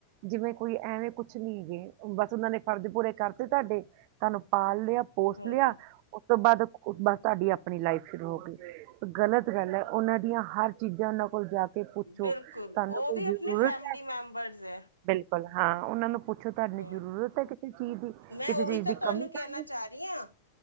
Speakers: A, on the right (about 45°); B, on the right (about 85°).
A: ਜਿਵੇਂ ਕੋਈ ਐਵੇਂ ਕੁੱਛ ਨਹੀਂ ਹੈਗੇ। ਬਸ ਉਹਨਾਂ ਨੇ ਫਰਜ਼ ਪੂਰੇ ਕਰਤੇ ਤੁਹਾਡੇ ਤੁਹਾਨੂੰ ਪਾਲ ਲਿਆ ਪੋਸ
B: ਹਾਂਜੀ
A: ਲਿਆ ਤੋਂ ਬਾਅਦ ਬਸ ਤੁਹਾਡੀ ਆਪਣੀ ਲਾਈਫ ਸ਼ੁਰੂ ਹੋ ਗਈ ਗਲਤ ਗੱਲ ਏ ਉਹਨਾਂ ਦੀਆਂ ਹਰ ਚੀਜ਼ਾਂ ਉਹਨਾਂ ਕੋਲ ਜ਼ਿਆ ਕੇ ਪੁੱਛੋ
B: ਬਿਲਕੁਲ
A: ਤੁਹਾਨੂੰ
B: ਉਹ
A: ਕੋਈ
B: ਵੀ
A: ਜ਼ਰੂਰਤ
B: ਆਪਣੇ ਫੈਮਿਲੀ
A: ਹੈ,
B: ਮੈਂਬਰਸ ਹੈ
A: ਬਿਲਕੁਲ ਹਾਂ ਉਹਨਾਂ ਨੂੰ ਪੁੱਛੋ ਤੁਹਾਨੂੰ
B: ਹਮ
A: ਜ਼ਰੂਰਤ ਹੈ ਕਿਸੇ ਚੀਜ਼ ਦੀ,
B: ਮੈਂ
A: ਕਿਸੇ
B: ਉਹੀ
A: ਚੀਜ਼
B: ਤਾਂ
A: ਦੀ
B: ਤੁਹਾਨੂੰ
A: ਕਮੀ
B: ਕਹਿਣਾ
A: ਤਾ ਨੀ
B: ਚਾਹ ਰਹੀ ਹਾਂ